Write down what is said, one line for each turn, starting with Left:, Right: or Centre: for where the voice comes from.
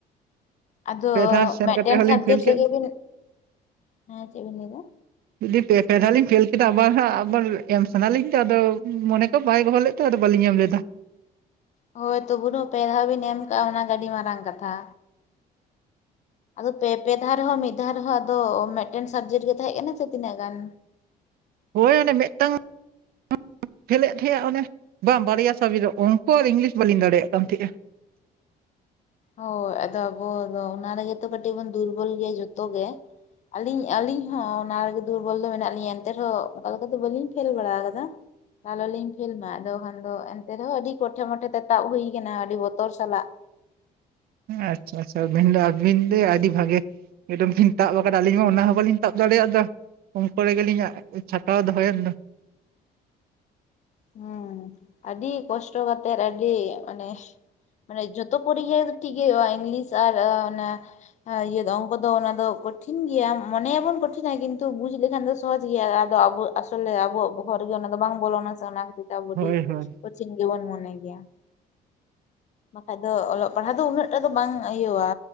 Left: ᱟᱫᱚ
Right: ᱫᱷᱟᱣ ᱥᱮᱱ
Left: ᱢᱤᱫᱴᱮᱱ
Right: ᱠᱟᱛᱮ ᱦᱚᱸᱞᱤᱧ
Left: ᱥᱟᱵᱡᱮᱠᱴ
Right: ᱯᱷᱮᱞ ᱠᱮᱫ
Left: ᱨᱮᱜᱮ ᱵᱤᱱ ᱦᱮᱸ ᱪᱮᱫ ᱵᱤᱱ ᱞᱟᱹᱭ ᱮᱫᱟ
Right: ᱡᱩᱫᱤ ᱯᱮ ᱯᱮ ᱫᱷᱟᱣ ᱞᱤᱧ ᱯᱷᱮᱞ ᱠᱮᱫᱟ ᱟᱵᱟᱨ ᱟᱵᱟᱨ ᱮᱢ ᱥᱟᱱᱟᱞᱤᱧ ᱛᱚ ᱟᱫᱚ ᱢᱚᱱᱮ ᱠᱚ ᱵᱟᱭ ᱜᱚᱦᱚ ᱞᱮᱫ ᱛᱮ ᱟᱫᱚ ᱵᱟᱞᱤ ᱧᱟᱢ ᱞᱮᱫᱟ
Left: ᱦᱚᱭ ᱛᱚ <unintelligible> ᱯᱮ ᱫᱷᱟᱣ ᱵᱤᱱ ᱮᱢ ᱟᱠᱟᱟᱜᱼᱟ ᱚᱱᱟᱜᱤ ᱟᱹᱰᱤ ᱢᱟᱨᱟᱝ ᱠᱟᱛᱷᱟ ᱟᱫᱚ ᱯᱮ ᱯᱮ ᱫᱷᱟᱣ ᱨᱮᱦᱚᱸ ᱢᱤᱫ ᱫᱷᱟᱣ ᱨᱮᱦᱚᱸ ᱟᱫᱚ ᱢᱤᱫᱴᱮᱱ ᱥᱟᱵᱡᱮᱠᱴ ᱜᱮ ᱛᱟᱦᱮᱸ ᱠᱟᱱᱟ ᱜᱮ ᱛᱤᱱᱟᱹᱜ ᱜᱟᱱ
Right: ᱦᱚᱭ ᱚᱱᱮ ᱢᱤᱫᱴᱟᱝ <unintelligible> ᱯᱷᱮᱞᱮᱫ ᱛᱟᱦᱮᱸᱜᱼᱟ ᱚᱱᱮ ᱵᱟᱝ ᱵᱟᱨᱭᱟ ᱥᱟᱵᱡᱮᱠᱴ ᱨᱮ ᱩᱱᱠᱚ ᱟᱨ ᱤᱝᱞᱤᱥ ᱵᱟᱹᱞᱤᱧ ᱫᱟᱲᱮᱭᱟᱜ ᱠᱟᱱ ᱛᱟᱦᱮᱸᱫᱼᱟ
Left: ᱦᱚᱭ ᱟᱫᱚ ᱟᱵᱚ ᱚᱱᱟ ᱨᱮᱜᱮ ᱛᱚ ᱠᱟᱹᱴᱤᱡ ᱵᱚᱱ ᱫᱩᱨᱵᱚᱞ ᱜᱮᱭᱟ ᱡᱚᱛᱚ ᱜᱮ ᱟᱹᱞᱤᱧ ᱟᱹᱞᱤᱧ ᱦᱚᱸ ᱚᱱᱟ ᱨᱮᱜᱮ ᱫᱩᱨᱵᱚᱞ ᱫᱚ ᱢᱮᱱᱟᱜ ᱞᱤᱧᱟ ᱮᱱᱛᱮ ᱨᱮᱦᱚᱸ ᱚᱱᱠᱟ ᱞᱮᱠᱟ ᱫᱚ ᱵᱟᱹᱞᱤᱧ ᱯᱷᱮᱞ ᱵᱟᱲᱟ ᱟᱠᱟᱫᱟ ᱟᱞᱚᱞᱤᱧ ᱯᱷᱮᱞ ᱢᱟ ᱟᱫᱚ ᱠᱷᱟᱱ ᱫᱚ ᱮᱱᱛᱮ ᱨᱮᱦᱚᱸ ᱟᱹᱰᱤ ᱠᱚᱴᱷᱮ ᱢᱚᱴᱷᱮ ᱛᱮ ᱛᱟᱵ ᱦᱩᱭ ᱟᱠᱟᱱᱟ ᱟᱹᱰᱤ ᱵᱚᱛᱚᱨ ᱥᱟᱞᱟᱜ
Right: ᱟᱪᱪᱷᱟ ᱟᱪᱪᱷᱟ ᱢᱮᱱ ᱟᱵᱤᱱ ᱫᱚ ᱟᱹᱰᱤ ᱵᱷᱟᱜᱮ ᱮᱠᱫᱚᱢ ᱠᱤᱱ ᱛᱟᱵ ᱟᱠᱟᱫᱟ ᱟᱹᱞᱤᱧ ᱢᱟ ᱚᱱᱟ ᱦᱚᱸ ᱵᱟᱞᱤᱧ ᱛᱟᱵ ᱫᱟᱲᱮᱭᱟᱜᱫᱟ ᱩᱱᱠᱩ ᱨᱮᱜᱮᱞᱤᱧ ᱪᱷᱟᱴᱟᱣ ᱫᱚᱦᱚᱭᱮᱱ ᱫᱚ
Left: ᱦᱩᱸ ᱟᱹᱰᱤ ᱠᱚᱥᱴᱚ ᱠᱟᱛᱮᱫ ᱟᱹᱰᱤ ᱢᱟᱱᱮ ᱢᱟᱱᱮ ᱡᱚᱛᱚ ᱠᱚᱨᱤᱜᱮ ᱴᱷᱤᱠ ᱜᱮ ᱦᱩᱭᱩᱜᱼᱟ ᱤᱝᱞᱤᱥ ᱟᱨ ᱚᱱᱟ ᱤᱭᱟᱹ ᱫᱚ ᱚᱝᱠᱚ ᱫᱚ ᱚᱱᱟ ᱫᱚ ᱠᱚᱴᱷᱤᱱ ᱜᱮᱭᱟ ᱢᱚᱱᱮᱭᱟᱵᱚᱱ ᱠᱚᱴᱷᱤᱱᱟ ᱠᱤᱱᱛᱩ ᱵᱩᱡ ᱞᱮᱠᱷᱟᱱ ᱫᱚ ᱥᱚᱦᱚᱡ ᱜᱮᱭᱟ ᱟᱫᱚ ᱟᱥᱚᱞᱮ ᱟᱵᱚᱣᱟᱜ ᱵᱚᱦᱚᱨ ᱨᱮᱜᱮ ᱚᱱᱟ ᱫᱚ ᱵᱟᱝ ᱵᱚᱞᱚᱱᱟ ᱥᱮ ᱚᱱᱟ ᱠᱷᱟᱹᱛᱤᱨ ᱛᱮ ᱟᱵᱚ
Right: ᱦᱳᱭ
Left: <unintelligible>
Right: ᱦᱳᱭ
Left: ᱠᱳᱪᱷᱤᱱ ᱜᱮᱵᱚᱱ ᱢᱚᱱᱮ ᱜᱮᱭᱟ ᱵᱟᱠᱷᱟᱡ ᱫᱚ ᱚᱞᱚᱜ ᱯᱟᱲᱦᱟᱜ ᱫᱚ ᱩᱱᱟᱹᱜ ᱴᱟ ᱫᱚ ᱵᱟᱝ ᱤᱭᱟᱹᱣᱼᱟ